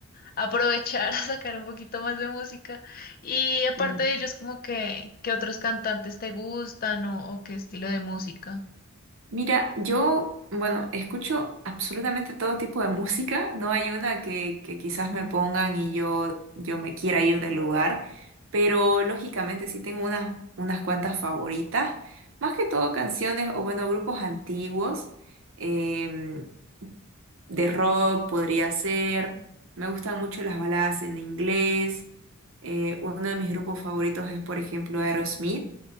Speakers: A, on the left (about 45°); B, on the right (about 65°).
A: aprovechar <laughs> a sacar un poquito más de música. Y aparte
B: Mm.
A: de ellos, como que, ¿qué otros cantantes te gustan o, o qué estilo de música?
B: Mira, yo, bueno, escucho absolutamente todo tipo de <laughs> música, no hay una que, que quizás me pongan y yo, yo me quiera ir del lugar, pero lógicamente sí tengo unas, unas cuantas favoritas, más que todo canciones o bueno, grupos antiguos. em, de rock podría ser. Me gustan mucho las baladas en inglés. Eh, uno de mis grupos favoritos es, por ejemplo, Aerosmith,